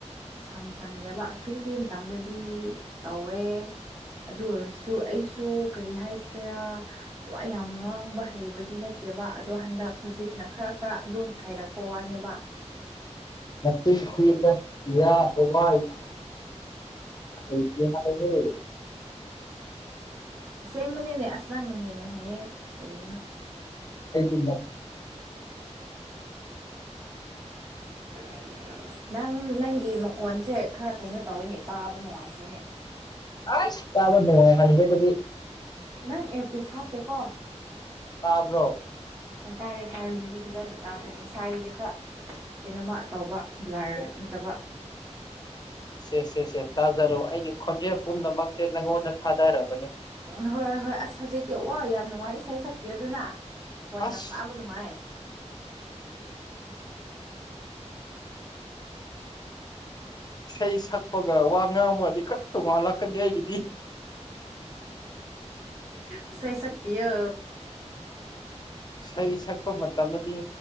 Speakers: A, on the right; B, on the left.
A: ꯁꯪ ꯁꯪꯅꯗꯦꯕ ꯐꯤꯔ ꯐꯤꯔ ꯃꯇꯝꯗꯗꯤ ꯇꯧꯋꯦ꯫ ꯑꯗꯨ ꯑꯣꯏꯔꯁꯨ ꯑꯩꯁꯨ ꯀꯔꯤ ꯍꯥꯏꯁꯤꯔꯥ꯫ ꯋꯥ ꯌꯥꯝ ꯉꯥꯡꯕ ꯍꯩꯕꯗꯤ ꯅꯠꯇꯦꯕ ꯑꯗꯣ ꯍꯟꯗꯛ ꯍꯧꯖꯤꯛꯅ ꯈꯔ ꯈꯔ ꯑꯗꯨꯝ ꯍꯥꯏꯔꯛꯄ ꯋꯥꯅꯦꯕ꯫
B: ꯅꯆꯤꯟ ꯊꯤꯗ ꯏꯔꯥꯡ <unintelligible> ꯍꯩꯇꯦ ꯍꯥꯏꯔꯗꯤ꯫
A: ꯑꯁꯦꯡꯕꯅꯤꯅꯦ ꯑꯁ ꯅꯪꯅ ꯍꯦꯟꯅ ꯍꯩꯌꯦ ꯀꯔꯤꯅꯣ꯫
B: ꯑꯩꯒꯤ <inaudible>
A: <inaudible> ꯅꯪ ꯅꯪꯒꯤ ꯃꯀꯣꯟꯁꯦ ꯈꯔ ꯀꯩꯅꯣ ꯇꯧꯋꯦꯅꯦ ꯇꯥꯕ ꯅꯨꯡꯉꯥꯏꯇꯦꯅꯦ꯫
B: ꯑꯁ ꯇꯥꯕ ꯅꯨꯡꯉꯥꯏ ꯍꯟꯕꯗꯨꯗꯤ꯫
A: ꯅꯪ ꯑꯦꯌꯥꯔꯄꯤꯁ ꯍꯥꯞꯇꯦꯀꯣ꯫
B: ꯇꯥꯕ꯭ꯔꯣ꯫
A: ꯍꯣꯏ ꯇꯥꯔꯦ ꯇꯥꯔꯦ ꯍꯧꯖꯤꯛꯇꯤ ꯐꯖꯅ ꯇꯥꯔꯦ ꯉꯁꯥꯏꯗꯨꯗꯤ ꯈꯔ ꯀꯩꯅꯣꯝꯃ ꯇꯧꯕ꯫ ꯕ꯭ꯂꯥꯔ
B: ꯑꯣ
A: ꯅꯠꯇꯕ꯫
B: ꯁꯦ ꯁꯦ ꯁꯦ ꯇꯥꯖꯔꯣ ꯑꯩꯒꯤ ꯈꯣꯟꯖꯦꯜ ꯄꯨꯝꯅꯃꯛꯁꯦ ꯅꯪꯉꯣꯟꯗ ꯊꯥꯗꯔꯕꯅꯦ꯫
A: ꯎꯝ ꯍꯣꯏ ꯍꯣꯏ ꯑꯁ ꯍꯧꯖꯤꯛꯇꯤ ꯑꯣ ꯌꯥꯝ ꯅꯨꯡꯉꯥꯏ ꯏꯁꯩ ꯁꯛꯄꯤꯌꯣ ꯑꯗꯨꯅ ꯈꯣꯟ
B: ꯑꯁ
A: ꯌꯥꯝ ꯇꯥꯕ ꯅꯨꯡꯉꯥꯏ꯫
B: ꯏꯁꯩ ꯁꯛꯄꯒ ꯋꯥ ꯉꯥꯡꯕꯒꯗꯤ ꯈꯥꯛ ꯇꯣꯡꯉꯥꯥꯟꯂꯛꯀꯅꯤ ꯑꯩꯒꯤꯗꯤ꯫
A: ꯏꯁꯩ ꯁꯛꯄꯤꯌꯣ꯫
B: ꯏꯁꯩ ꯁꯛꯄ ꯃꯇꯝꯗꯗꯤ